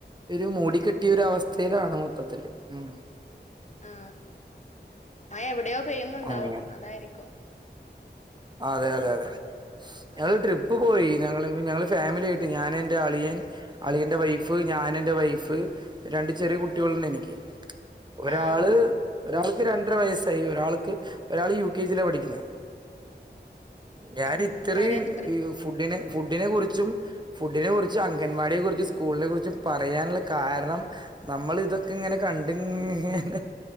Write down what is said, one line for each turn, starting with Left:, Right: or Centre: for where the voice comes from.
Right: ഒരു മൂടിക്കെട്ടിയ ഒരവസ്ഥയിലാണ് മൊത്തത്തില് ഉം.
Left: ആ മഴ എവിടെയോ പെയ്യുന്നുണ്ടാവും
Right: അങ്ങനെ
Left: അതായിരിക്കും
Right: അതെയതെയതെ ഞങ്ങള്
Left: ആ
Right: ട്രിപ്പ് പോയി ഞങ്ങള് ഞങ്ങള് ഫാമിലി ആയിട്ട് ഞാന് എന്റെ അളിയൻ അളിയന്റെ വൈഫ് ഞാനെന്റെ വൈഫ് രണ്ട് ചെറിയ
Left: ആ
Right: കുട്ടികളുണ്ട് എനിക്ക് ഒരാള്
Left: ആ
Right: ഒരാൾക്ക് രണ്ടര വയസ്സായി ഒരാൾക്ക് ഒരാൾ യു കെ ജിയിലാ പഠിക്കുന്നേ ഞാന്
Left: ആ
Right: ഇത്രേം
Left: അവരായിട്ട് ട്രിപ്പ്
Right: ഈ ഫുഡിനെ ഫുഡിനെ കുറിച്ചും ഫുഡ്നെ കുറിച്ചും അംഗൻവാടിയെ കുറിച്ചും സ്കൂൾനെ കുറിച്ചും പറയാനുള്ള കാരണം നമ്മൾ ഇതൊക്കെ ഇങ്ങനെ കണ്ട് ഇങ്ങനെ